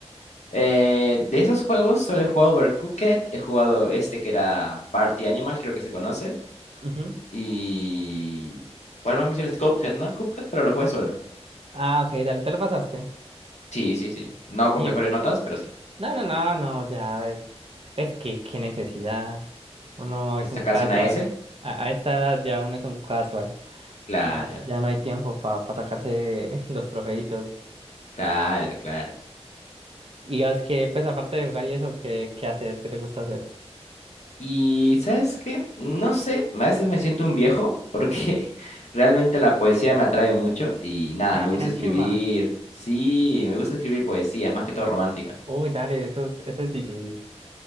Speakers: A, on the left; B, on the right.
A: Eh, de esos juegos solo he jugado Overcooked, he jugado este que era Party Animal, creo que se conoce.
B: Ujú.
A: Y... ¿Cuál más mencionaste? Cuphead, ¿no? Cuphead, pero lo jugué solo.
B: Ah, ok, dale, te lo pasaste.
A: Sí, sí, sí. No
B: Ey,
A: con mejores notas, pero sí.
B: no, no, no, no, ya es. Es que, qué necesidad. Uno es
A: De sacarse
B: un casual.
A: una S.
B: A, a esta edad ya uno es un casual.
A: Claro,
B: Ya, ya no hay tiempo para sacarse <laughs> los trofeitos.
A: claro, claro.
B: Y es que, pues, aparte de jugar y eso, ¿qué, qué haces? ¿Qué te gusta hacer?
A: Y ¿sabes qué? No sé, a veces me siento un viejo porque <laughs> realmente la poesía me atrae mucho y nada,
B: Ah,
A: me
B: mira,
A: gusta escribir.
B: chimba.
A: Sí, me gusta escribir poesía, más que todo romántica.
B: Uy, dale, eso es, eso es difícil.